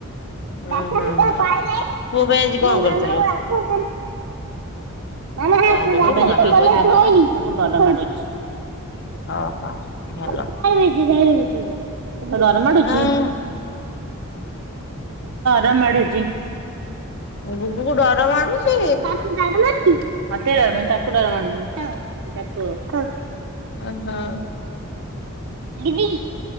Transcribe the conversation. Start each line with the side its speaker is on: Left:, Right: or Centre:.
Left: ହୁଁ
Right: ଦେଖ
Left: ହୁଁ
Right: ଦେଖ
Left: ହୁଁ
Right: ପାଇଲାଇମୋ
Left: ପୁଅ ପାଇଁ ଆଜି କଣ କରିଥିଲୁ
Right: ମାମ ର ଉ ପିଠା
Left: କଣ କରୁଛୁ ମାମା କୁ ଆଜି
Right: ତାକୁ ଡରମାରୁଛି।
Left: ଓହୋ ଭଲ।
Right: <unintelligible> ଡର ମାଡୁଚି
Left: ହଁ
Right: ଡର ମାଡୁଚି।
Left: ଗୁଗୁ କୁ ଡର ମାଡ଼ୁଚି।
Right: ତତେ ଡର ମାଡୁଛି? ମତେ ଡର ମାଡ଼ୁନି ତାକୁ ଡର ମାଡ଼ୁଚି କାକୁ ତାକୁ କାକୁ।
Left: ଓ ହୋ।
Right: ଦିଦି